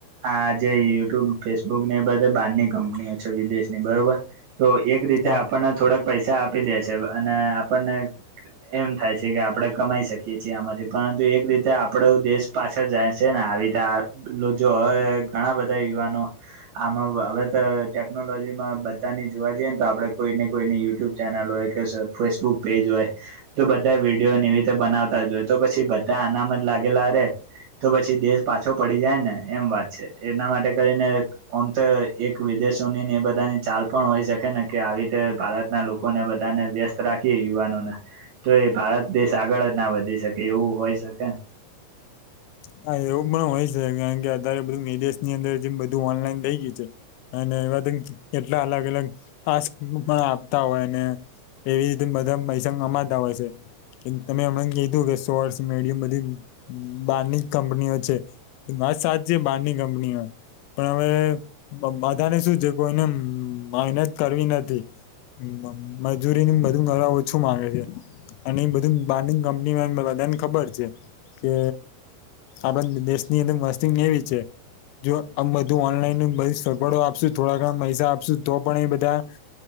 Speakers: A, on the right; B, on the left.
A: આજે યુટ્યુબ ફેસબુક ને એ બધ બહારની કંપનીઓ છે વિદેશની બરોબર. તો એક રીતે
B: હા
A: આપણને થોડાક. પૈસા આપી દે છે અને આપણને એમ થાય છે કે આપણે કમાઈ શકીએ છીએ આમાંથી પરંતુ એક રીતે આપડ દેશ પાછળ જાય છે ને આવી રીતે આ જો હવે ઘણા બધા યુવાનો. આમાં હવે તો ટેકનોલોજીમાં બધાની જોવા જઈએ ને તો આપડે કોઈ ને કોઈની યુટ્યુબ ચેનલ હોય કે ફેસબુક પેજ હોય તો બધા વિડીયો નિમિત્તે બનાવતા જ હોય. તો પછી બધા આનામ જ લાગેલા રે. તો પછી દેશ પાછો પડી જાય ને એમ વાત છે એના માટે કરીને આમ તો એક વિદેશોની ને એ બધાની ચાલ પણ હોય શકે ને કે આવી રીતે ભારત ના લોકોને બધાને વ્યસ્ત રાખીએ યુવાનોને તો એ ભારત દેશ આગળ જ ના વધી શકે. કે એવું હોય શકે.
B: હા એવું પણ હોય છે કારણ કે અતારે બધું મે દેશની અંદર જે બધું ઓનલાઈન થઈ ગયું છે. અને એવાધ કેટલા અલગ અલગ ટાસ્ક પણ આપતા હોયને પેવી તુંબદ મૈસંગ અ તઉ હશે તમે હમણાં કીધું કે સોર્શ મીડિ બધી બહાર ની કંપનીઓ છે માત સાચ છે બહાર ની કંપનીઓ પણ હવે બધને શું છે કોઈને મહેનત કરવી નથી. હ મજૂરીનું બધ ઘર ઓછું મામાંગે છે. અને એ બધું બાડિંગ કંપનીમાં બધાને ખબર છે કે આપ દેશ ની અંદર મસ્તી એવી છે. જો આમ બધું ઓનલાઈન બ સગવડો આપશું થોડા ઘણા પૈસા આપશું તો પણ એ બધા